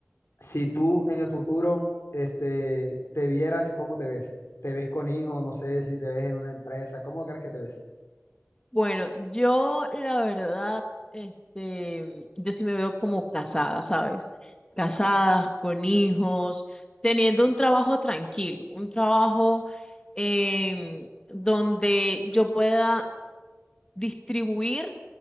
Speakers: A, on the left (about 70°); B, on the left (about 20°).
A: Si tú en el futuro este, te vieras, ¿cómo te ves? ¿Te ves con hijos? No sé si te ves en una empresa. ¿Cómo crees que te ves?
B: Bueno, yo la verdad, este, yo sí me veo como casada, ¿sabes? Casada, con hijos, teniendo un trabajo tranquilo, un trabajo em, donde yo pueda distribuir.